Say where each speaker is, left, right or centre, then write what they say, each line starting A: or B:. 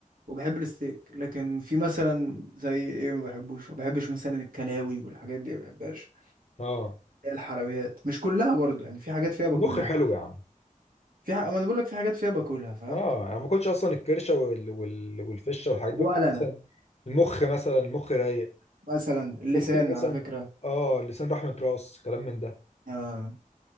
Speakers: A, on the right; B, on the left.
A: وبحب الستيك لكن في مثلا زي ايه ما بحبوش ما بحبش مثلا الكلاوي والحاجات دي ما بحبهاش
B: اه
A: الحلويات مش كلها برضو يعني في حاجات فيها باكلها
B: المخ حلو
A: عادي
B: يا عم
A: في ح... ما انا بقول لك في حاجات فيها باكلها فاهم
B: اه انا ما باكلش اصلا الكرشه وال... وال... والفشه والحاجات دي
A: ولا
B: باكل مثلا
A: انا
B: المخ مثلا المخ رايق
A: مثلا اللسان
B: ممكن مثلا
A: على فكرة
B: اه لسان رحمه راس كلام من ده
A: آه